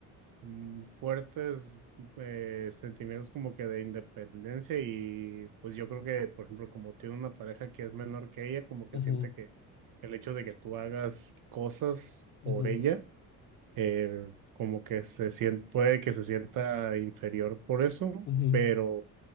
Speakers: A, on the right; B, on the left.
A: mm, fuertes eh, sentimientos como que de independencia y pues yo creo que, por ejemplo, como tiene una pareja que es menor que ella, como que
B: Ujú,
A: siente que el hecho de que tú hagas cosas por
B: ujú,
A: ella, eh, como que se siente, puede que se sienta inferior por eso,
B: ujú.
A: pero,